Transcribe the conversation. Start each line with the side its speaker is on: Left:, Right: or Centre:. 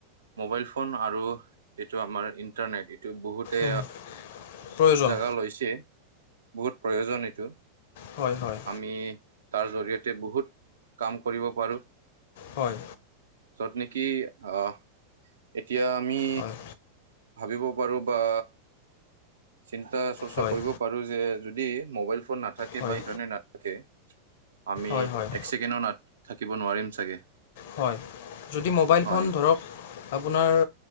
Right: মোবাইল ফোন আৰু এইটো আমাৰ ইন্টাৰনেট এইটো বহুতে
Left: উম, প্ৰয়োজন
Right: জাগা লৈছে বহুত প্ৰয়োজন এইটো
Left: হয় হয়
Right: আমি তাৰ জৰিয়তে বহুত কাম কৰিব পাৰোঁ
Left: হয়
Right: যত নেকি আহ এতিয়া আমি
Left: হয়
Right: ভাবিব পাৰো বা চিন্তা চৰ্চা
Left: হয়
Right: কৰিব পাৰোঁ যে যদি মোবাইল ফোন নাথাকে
Left: হয়
Right: বা ইণ্টাৰনেট নাথাকে আমি
Left: হয় হয়
Right: এক ছেকেণ্ডও থাকিব নোৱাৰিম চাগে
Left: হয় যদি মোবাইল
Right: হয়
Left: ফোন ধৰক আপোনাৰ